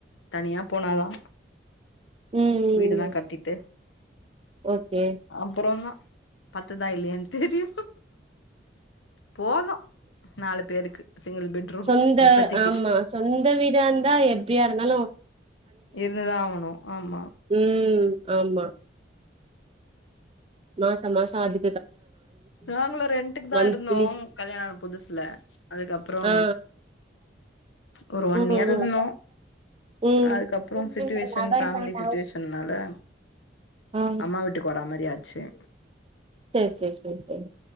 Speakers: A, on the left; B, on the right.
A: தனியா போனாதா
B: ம் ம்
A: வீடுதா
B: ம்
A: கட்டிட்டு
B: ஓகே
A: அப்புறோதா பத்துதா இல்லையான்னு தெரில போது நாலு பேருக்கு சிங்கிள் பெட்ரூம்
B: சொந்த
A: இப்பத்திக்கு
B: ஆமா சொந் சொந்த வீடா இருந்தா எப்பியா இருந்தாலும்
A: இருந்துதா ஆவுணு ஆமா
B: ம் ஆமா மாச மாச அது
A: நாங்ளும் ரெண்ட்டுக்கு தா
B: மந்த்லி
A: இருந்தோ கல்யாண ஆன புதுசுல அதுக்கப்புறோ
B: ஆ
A: ஒரு ஒன்
B: ம்
A: இயர் இருந்தோ
B: ம்
A: அதுக்கப்றோ சிட்டுவேஷன்
B: இந்த லப்பர்
A: ஃபேமிலி
B: பேண்டாவு
A: சிட்டுவேஷன்னால
B: ஆ
A: அம்மா வீட்டுக்கு வர மாரி ஆச் செரி
B: செர் செரி செரி செரி